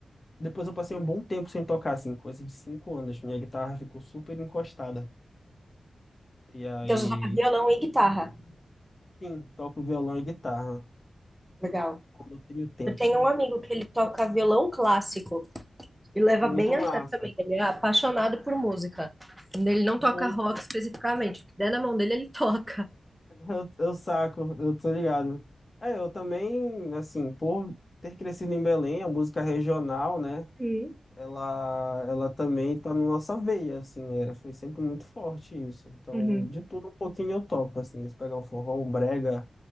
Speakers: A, on the left (about 35°); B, in the centre.
A: Depois eu passei um bom tempo sem tocar, assim, coisa de cinco anos. Minha guitarra ficou super encostada. E aí,
B: Então você toca violão e guitarra.
A: sim, toco violão e guitarra
B: Legal.
A: quando eu tenho tempo.
B: eu tenho um amigo que ele toca violão clássico. E leva
A: Muito
B: bem
A: massa.
B: a sério também. Ele é apaixonado por música. Ele não
A: Muito.
B: toca rock especificamente. O que der na mão dele, ele toca.
A: Eu, eu saco, eu tô ligado. É, eu também, assim, por ter crescido em Belém, a música regional, né?
B: Uhum,
A: ela, ela também tá na nossa veia, assim, é, foi sempre muito forte isso. Então,
B: uhum.
A: de tudo um pouquinho eu toco, assim, se pegar um forró, um brega,